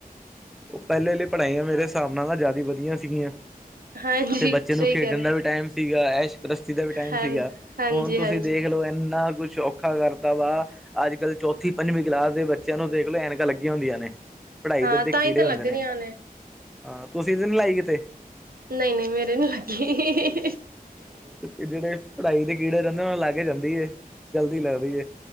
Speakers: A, in the centre; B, on the right.
A: ਉਹ ਪਹਿਲੇ ਲਈ ਪੜ੍ਹਾਈਆਂ ਮੇਰੇ ਹਿਸਾਬ ਨਾਲ ਤਾਂ ਜ਼ਿਆਦਾ ਵਧੀਆ ਸੀਗੀਆਂ।
B: ਹਾਂਜੀ
A: ਤੇ ਬੱਚੇ
B: ਸਹੀ
A: ਨੂੰ ਖੇਡਣ
B: ਕਹਿ ਰਹੇ
A: ਦਾ ਵੀ ਟਾਈਮ ਸੀਗਾ, ਐਸ਼ ਪ੍ਰਸਤੀ ਦਾ ਵੀ ਟਾਈਮ
B: ਹਾਂ
A: ਸੀਗਾ।
B: ਹਾਂਜੀ
A: ਹੁਣ ਤੁਸੀਂ
B: ਹਾਂਜੀ
A: ਦੇਖ ਲਓ, ਇੰਨਾ ਕੁਛ ਔਖ ਔਖਾ ਕਰਤਾ ਵਾ, ਅੱਜ- ਕੱਲ੍ਹ ਚੌਥੀ- ਪੰਜਵੀਂ ਕਲਾਸ ਦੇ ਬੱਚਿਆਂ ਨੂੰ ਦੇਖ ਲਓ, ਐਨਕਾਂ ਲੱਗੀਆਂ ਹੁੰਦੀਆਂ ਨੇ। ਪੜ੍ਹਾਈ
B: ਹਾਂ
A: <unintelligible>
B: ਤਾਂ ਹੀ ਤਾਂ ਲੱਗ
A: ਹੁੰਦੇ ਨੇ
B: ਰਹੀਆਂ
A: ਹਾਂ ਤੁਸੀਂ ਇਹ ਤੇ ਨ ਲਾਈ ਕਿਤੇ
B: ਨਹੀਂ-ਨਹੀਂ‌, ਮੇਰੇ ਨੀ ਲੱਗੀ।
A: ਤੇ ਜਿਹੜੇ ਪੜ੍ਹਾਈ ਦੇ ਕੀੜੇ ਰਹਿੰਦੇ, ਉਹਨਾ ਨੂੰ ਲਗ ਜਾਂਦੀ ਏ ਜਲਦੀ ਲੱਗਦੀ ਏ